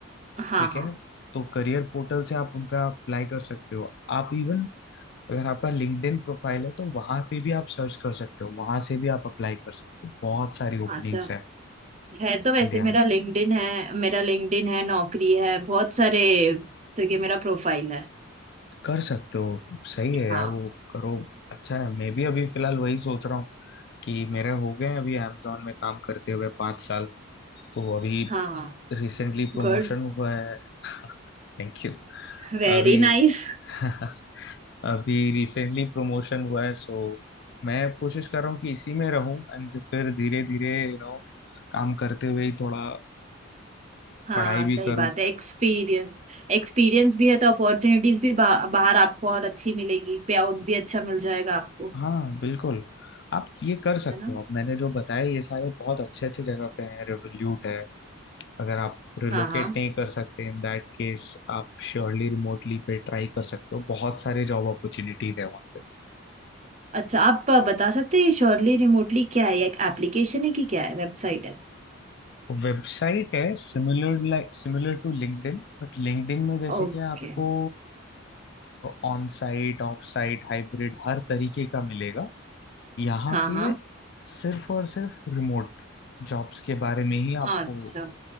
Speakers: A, on the right; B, on the left.
A: हाँ
B: ठीक
A: हाँ
B: है तो करियर पोर्टल से आप उनका अप्लाई कर सकते हो आप इवन अगर आपका लिंक्डइन प्रोफाइल है तो वहां पे भी आप सर्च कर सकते हो वहां से भी आप अप्लाई कर सकते हो बहुत सारी
A: अच्छा
B: ओपनिंग्स है
A: है तो वैसे
B: इंडिया
A: मेरा
B: में
A: लिंक्डइन है मेरा लिंक्डइन है नौकरी है बहुत सारे जगह मेरा प्रोफाइल है
B: कर सकते हो सही है यार
A: हाँ
B: वो करो अच्छा है मैं भी अभी फिलहाल वही सोच रहा हूँ कि मेरे हो गए हैं अभी अमेजोन में काम करते हुए पाँच साल तो अभी
A: हाँ हाँ
B: रिसेंटली प्रमोशन
A: गुड
B: हुआ है <laughs> Thank you
A: Very
B: अभी
A: nice
B: <laughs> अभी रिसेंटली प्रमोशन हुआ है सो मैं कोशिश कर रहा हूँ कि इसी में रहूं एंड फिर धीरे धीरे यू नो काम करते हुए ही थोड़ा
A: हाँ
B: पढ़ाई भी
A: सही
B: करूं
A: बात है एक्सपीरियंस एक्सपीरियंस भी है तो अपॉर्चुनिटीज भी बा, बाहर आपको और अच्छी मिलेगी पे आउट भी अच्छा मिल जाएगा आपको
B: हाँ बिल्कुल आप ये कर सकते
A: है ना
B: हो मैंने जो बताया ये सारे बहुत अच्छे अच्छे जगह पे है रिवोल्यूट है अगर आप रिलोकेट
A: हाँ हाँ
B: नहीं कर सकते इन दैट केस आप श्योरली रिमोटली पे ट्राई कर सकते हो बहुत सारे जॉब अपॉर्चुनिटीज है वहाँ
A: अच्छा आप बता सकते हैं श्योरली रिमोटली क्या है एक एप्लीकेशन है कि क्या है वेबसाइट है
B: वेबसाइट है similar like similar to LinkedIn but LinkedIn में जैसे
A: ओके
B: कि आपको on site off site hybrid हर तरीके का मिलेगा यहाँ
A: हाँ
B: पे
A: हाँ
B: सिर्फ और सिर्फ रिमोट जॉब्स के बारे में ही आपको
A: अच्छा